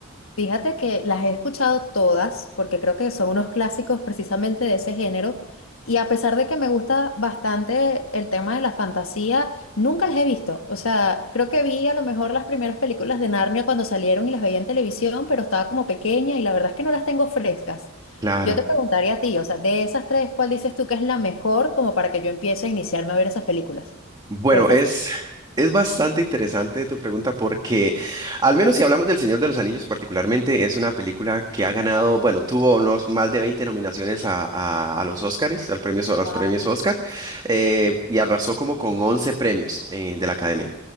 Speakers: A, on the left; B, on the right.
A: Fíjate que las he escuchado todas, porque creo que son unos clásicos precisamente de ese género, y a pesar de que me gusta bastante el tema de la fantasía, nunca las he visto. O sea, creo que vi a lo mejor las primeras películas de Narnia cuando salieron y las veía en televisión, pero estaba como pequeña y la verdad es que no las tengo frescas.
B: Claro.
A: Yo te preguntaría a ti, o sea, de esas tres, ¿cuál dices tú que es la mejor como para que yo empiece a iniciarme a ver esas películas?
B: Bueno,
A: O esas
B: es,
A: series.
B: es bastante interesante tu pregunta porque, al menos si hablamos del Señor de los Anillos particularmente, es una película que ha ganado, bueno, tuvo unos más de 20 nominaciones a, a- a los Oscars, al premio, a los
A: Wow,
B: premios Oscar, eh, y arrasó como con 11 premios eh, de la Academia.